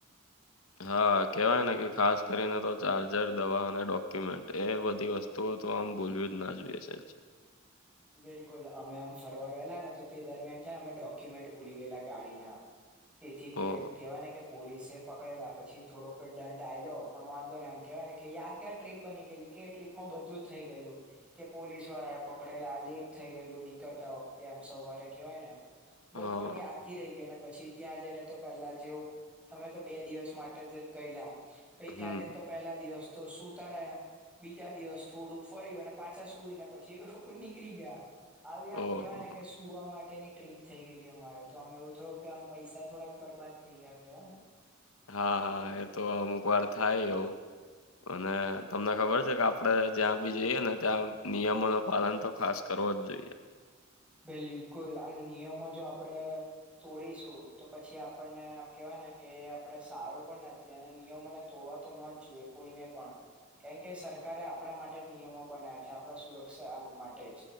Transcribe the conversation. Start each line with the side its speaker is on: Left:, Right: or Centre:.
Left: હા કેવાય ને કે ખાસ કરીને તો ચાર્જર દવા અને ડોક્યુમેન્ટ એ બધી વસ્તુ તો તો આમ બોલ્યું જ ના જોઈ હશે જ
Centre: બિલકુલ અમે આમ ફરવા ગયેલા ને તો તે દરમિયાન છે ને અમે ડોક્યુમેન્ટ ભૂલી ગયેલા ગાડીના
Left: <inaudible>
Centre: તેથી તે
Left: ઓહ
Centre: કહેવાય ને કે પોલીસે પકડેલા પછી થોડોક દંડ આ્યો પણ વાંધો ને એમ કેહેવાય ને કે યાદગાર ટ્રીપ બની ગયેલી કે ટ્રીપ માં બધું જ થઈ ગયેલું કે પોલીસ વાળા પકડેલા આ લેટ થઈ ગયેલું નીકળતા વખતે આમ સવારે કવાય ને
Left: હા
Centre: બધું આમ યાદ કીી રહી ગઈને પછી ત્યાં જઈને તો પેલા જેવું અમે તો બે દિવસ માટે જ ગયેલા. પ ત્યાં
Left: હમ
Centre: જને તો પહેલા દિવસ તો સુતા રહ્યા બીજા દિવસ થોડુંક ફર્યું અને પાછા સુઈ ને પછી નીકળી ગયા આવી આમ
Left: ઓહો
Centre: કેવાય ને કે સુવા માટેની ટ્રીપ થઈ ગયેલી અમારે તો આમ એવું થયું કે આમ પૈસા થોડાક બરબાદ થઈ ગયા કેવાય ને
Left: હા હા એ તો અમુક વાર થાય એવું અને તમને ખબર છે કે આપડે જ્યાં બી જઈએ ને ત્યાં નિયમો ન પાલન તો ખાસ કરવો જ જોઈએ.
Centre: બિલકુલ આમ નિયમો જો આપડે તોડીશું તો પછી આપણને કેવાય ને કે આપડે સારું પણ નથી અને નિયમોને તોડવા તો ના જોઈએ કોઈને પણ કેમ કે સરકારે આપણા માટે જ નિયમો બના્યા છે આપણા સુરક્ષા માટે જ